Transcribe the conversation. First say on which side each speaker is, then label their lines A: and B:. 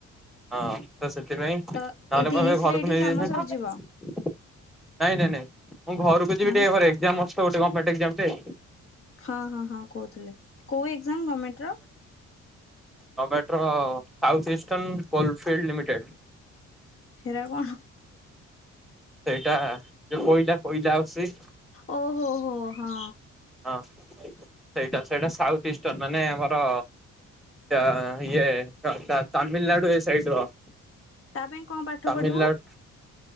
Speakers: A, in the centre; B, on the left.
A: ହଁ ତ ସେଥିପାଇଁ
B: ତ
A: ତାହେଲେ
B: ଏଇ ତିରିଶରେ
A: ମୁଁ ଏବେ ଘରକୁ
B: ଏଠି
A: ନେଇଯାଇଥାନ୍ତି
B: କାମ ସରିଯିବ
A: ନାଇଁ ନାଇଁ ନାଇଁ ମୁଁ ଘରକୁ ଯିବି
B: ଆଉ
A: ଟିକେ ମୋର ଏକ୍ଜାମ ଅଛି ତ ଗୋଟେ ମୋର ଗମେଣ୍ଟ ଏକ୍ଜାମ ଟେ।
B: ହଁ ହଁ ହଁ କହୁଥିଲେ କୋଉ ଏକ୍ଜାମ ଗମେଣ୍ଟ ର?
A: ଟମଟ୍ରୋ ସାଉଥ ଇଷ୍ଟର୍ନ କଲଫିଲ୍ଡ ଲିମିଟେଡ୍‌।
B: ହେରା କଣ
A: ସେଇଟା ଯୋଉ କୋଇଲା କୋଇଲା ଆସୁଚି
B: ଓହୋ ହୋ ହଁ।
A: ହଁ ସେଇଟା ସେଇଟା ସାଉଥ ଇଷ୍ଟର୍ଣ ମାନେ ଆମର ଚା ଇଏ ତାମିଲନାଡୁ ଏ ସାଇଡ଼ର୍
B: ତା ପାଇଁ କଣ ପାଠ
A: ତାମିନାଲ୍
B: ପଢିବୁ